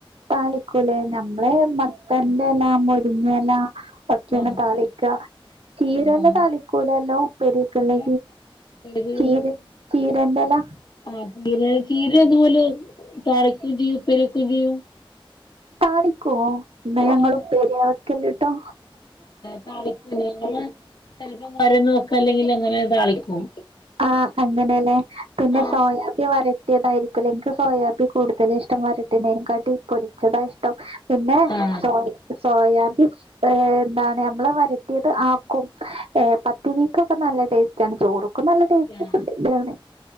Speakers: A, on the right; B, on the left.
A: താളിക്കൂലേ നമ്മള് മത്തന്റെല മുരിങ്ങേല ഒക്കെണ്
B: ആണോ
A: താളിക്ക ചീരലതളിക്കൂലല്ലോ
B: ആ
A: ഉപ്പരിക്ക്‌ ള്ള
B: ഏ ഏത്
A: ചീര ചീരന്റലാ
B: ആ ചീര ചീര ഇതുപോലെതാളിക്കെ ചെയ്യും ഉപ്പേരി വെക്കോം ചെയ്യും
A: താളിക്കോ ഇന്ന
B: ആഹ്
A: ഞങ്ങളുപ്പേരിയവെക്കല്ലിട്ടോ
B: താളിക്കും ഞങ്ങള് ചെലപ്പം വരന്ന്വോക്ക അല്ലെങ്കി അങ്ങനെ താളിക്കും
A: ആഹ് അങ്ങനെയല്ലേ പിന്നെ
B: ആഹ്
A: സോയാബി വര ട്ടിയാതായിരിക്കുലേ ഇൻക്ക് സോയാബി കൂടുതലും ഇഷ്ട വട്ടതിനകാട്ടി പൊരിച്ചതാഷ് ട്ടം പിന്നെ
B: ആഹ്
A: സോയ സോയാബി ഏഹ് എന്താണ് നമ്മള് വരട്ടിയത് ആക്കും ഏഹ് പത്തിരിക്കൊക്കെ നല്ല ടേസ്റ്റാണ് ചോറും നല്ല ടേസ്റ്റ്ക്കണ്ട്
B: ആ
A: ഇ